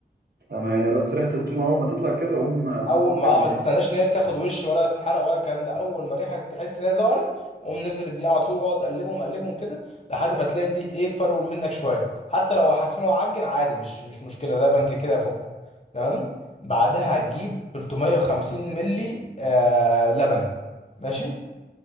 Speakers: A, on the right (about 70°); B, on the left (about 40°).
A: تمام يعني بس ريحه الثوم اول ما تطلع كده اقوم حاطط
B: اول
A: فيهم
B: ما اه
A: الدقيق
B: ما تستناش ان هي تاخد وش ولا تتحرق ولا الكلام ده اول ما الريحه تحس ان هي ظهرت قوم نزل الدقيق على طول واقعد قلبهم قلبهم كده لحد ما تلاقي الدقيق ايه فرول منك شويه حتى لو حاسس ان هو عجن عادي مش مش مشكله لبن كده كده يفكه تمام بعدها هتجيب 350 ملي آه لبن ماشي